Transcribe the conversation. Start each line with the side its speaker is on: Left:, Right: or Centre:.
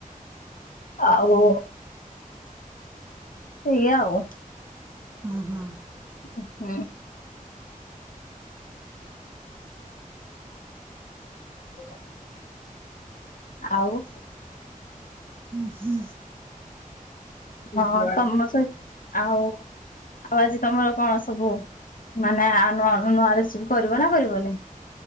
Left: ଆଉ ଏୟା ଆଉ
Right: ହୁଁ ହୁଁ
Left: ହଁ ହ ଆଉ
Right: ହୁଁ ହୁଁ
Left: ହଁ ତମ ସହି ଆଉ ଆଉ ଆଜି ତମର କଣ ସବୁ ମାନେ ନୂଆ ନୂଆରେ ସବୁ କରିବ ନା କରିବନି?